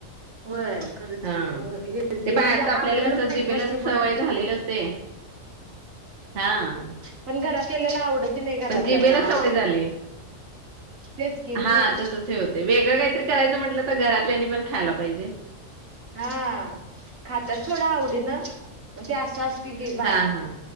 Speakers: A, on the right (about 80°); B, on the right (about 65°).
A: होय खरंच
B: हा.
A: की, हेल्दी
B: ते बाहेरच
A: म्हणजे आपल्याला
B: कसं
A: माहती
B: जिबेला
A: असते. मुळात
B: सवय झालेली
A: ते
B: असते <inaudible> हां,
A: पण घरात केलेलं आवडत नाही घरातल्यांना
B: पण जिबेला सवय झाली.
A: तेच की म्हणच
B: हा तसच हे होत. ते वेगळं काहीतरी करायचं म्हटलं तर, घरातल्यानी पण खायला पाहिजे.
A: हा खाताात थोडं आवडीन, पण ते असं असते की बाहेर
B: हां, हां.